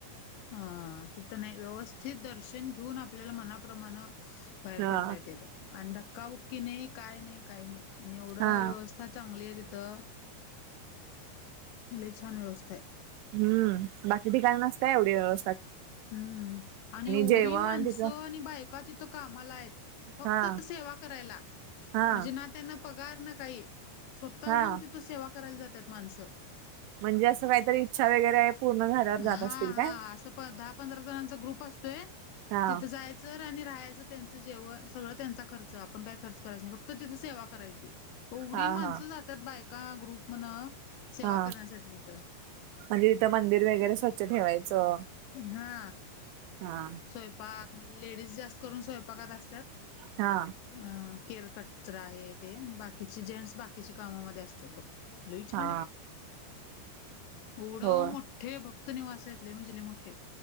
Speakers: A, on the left (about 80°); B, on the right (about 80°).
A: हा तिथं नाही व्यवस्थित दर्शन घेऊन आपल्याला मनाप्रमाण बाहेर
B: हा
A: पडता येते बघ. आणि धक्काबुक्की नाही काय नाही, काही नाही आणि एवढं
B: हा
A: व्यवस्थ स्था चांगली हाय तिथं लई छान व्यवस्था हाय.
B: हम् बाकी ठिकानी नसत्या एवढी व्यव
A: हम्म आणि एवढी
B: जेवण
A: माणसं
B: तिथं
A: आणि बाय! का तीथ कामाला हाएत, फक्त
B: हा
A: सेवा करायला
B: हा
A: म्हणजे ना त्यांना पगार ना काही स्वतःहून
B: हा
A: तिथ सेवा करायला जातात माणसं.
B: म्हणजे असं काहीतरी इच्छा वगैरे पूर्ण झाल्यावर जात
A: हा
B: असतील काय?
A: हा असं प दहा पंधरा जनांचा ग्रुप असतोय
B: हा
A: तिथ जायाय आणि राहायचं त्यांच जेवण सगळं त्यांचा खर्च आपण काय खर्च करायच नाही फक्त तिथ सेवा करायची एवढी
B: हा
A: माणसं
B: हा
A: जातात बायका ग्रुप म्हण सेवा
B: हा
A: करण्यासाठी जथं
B: म्हणजे इथं मंदिर वगैरे स्वच्छ ठेवायचं
A: हा
B: हा
A: स्वयंपाक म लेडीज जास्त करून स्वयंपाकात असतात.
B: हा.
A: अं केअर कटच आहे ते बाकीचे जेंट्स बाकीच्या कामामध्ये असतात बघ. लई
B: हा
A: छान आहे. एवढं
B: हो
A: मोठे भक्त निवास आहेत म्हणजे लई म्हणजे लई मोठे.